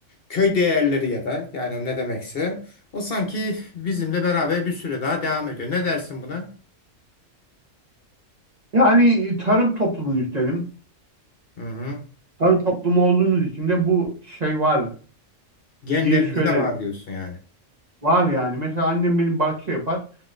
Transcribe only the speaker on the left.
köy değerleri ya da yani ne demekse o sanki bizimle beraber bir süre daha devam ediyor. Ne dersin buna?
Hı hı.
Genlerimizde
var diyorsun yani.